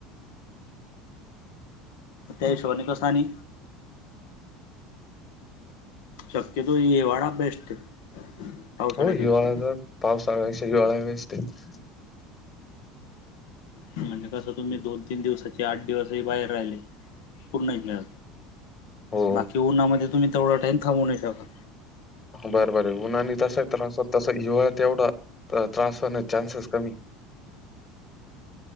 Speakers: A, on the left; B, on the left.
A: त्या्याईस ब क सान शक्यतो येवाळाा बेस्ट आहे. पावसाळ्यापेक्षा
B: हो हिवाळ्या तर पावसा आगक्ष हिवाळ्या वेस् आहे.
A: म्हणजे कस
B: आहे
A: तुम्ही दोन तीन दिवसाची आठ दिवसही बाहेर राहिले पूर्ण
B: हो
A: बाकी उ्हामध्ये तुम्ही तेवढा टाईम थांबू नाही शका.
B: बरं बरं उन्हानी तसा त्रास होत तसं हिवाळ्यात एवढा त्रास होण्या चान्सेस कमी